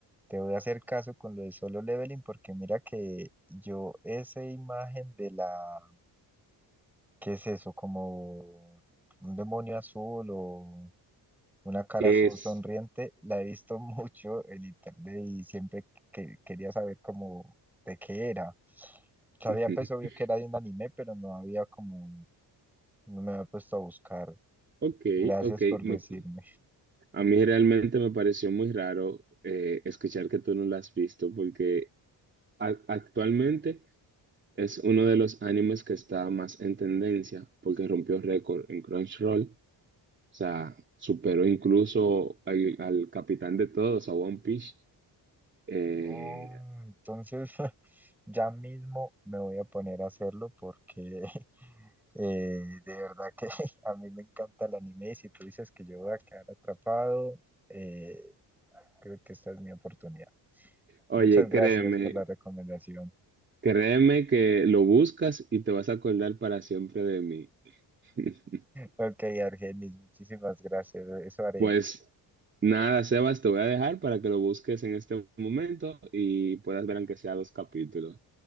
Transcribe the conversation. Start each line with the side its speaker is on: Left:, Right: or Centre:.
Centre: Te voy a hacer caso con lo de solo leveling porque mira que yo esa imagen de la ¿Qué es eso? ¿Como un demonio azul o una cara
Right: Es...
Centre: azul sonriente? La he visto <laughs> mucho en internet y siempre que quería saber cómo de qué era. Sabía
Right: <laughs>
Centre: pues obvio que era de un anime, pero no había como, no me había puesto a buscar.
Right: Ok,
Centre: Gracias
Right: ok.
Centre: por
Right: Me-
Centre: decirme.
Right: a mí realmente me pareció muy raro eh, escuchar que tú no la has visto porque a- actualmente es uno de los animes que está más en tendencia porque rompió récord en Crunchyroll. O sea, superó incluso al, al capitán de todos, a One Piece. Eh,
Centre: Oh, entonces <laughs> ya mismo me voy a poner a hacerlo porque <laughs> eh, de verdad que <laughs> a mí me encanta el anime y si tú dices que yo voy a quedar atrapado, eh, creo que esta es mi oportunidad.
Right: oye,
Centre: Muchas gracias
Right: créeme,
Centre: por la recomendación.
Right: créeme que lo buscas y te vas a acordar para siempre de mí. <laughs>
Centre: Ok, Argenis, muchísimas gracias. Eso haré.
Right: Pues nada, Sebas, te voy a dejar para que lo busques en este momento y puedas ver aunque sea dos capítulos.